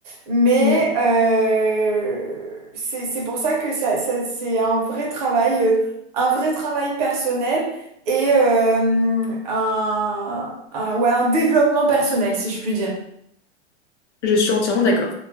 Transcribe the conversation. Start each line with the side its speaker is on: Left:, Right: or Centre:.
Right: Mais
Left: Mm.
Right: euh, c'est c'est pour ça que ça, ça- c'est un vrai travail, euh, un vrai travail personnel et euh, un, un- ouais, un développement personnel, si je puis dire.
Left: Je suis entièrement d'accord.